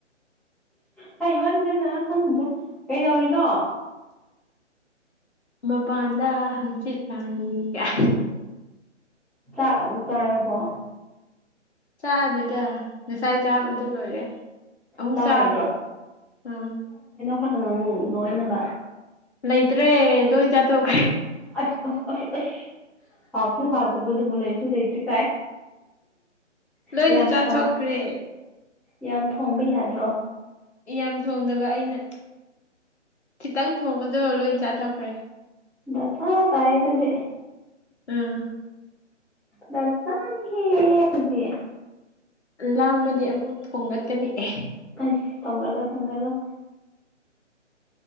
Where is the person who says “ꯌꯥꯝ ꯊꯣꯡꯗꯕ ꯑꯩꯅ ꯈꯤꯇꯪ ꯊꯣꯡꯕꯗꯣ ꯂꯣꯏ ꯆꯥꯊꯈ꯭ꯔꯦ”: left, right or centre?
Left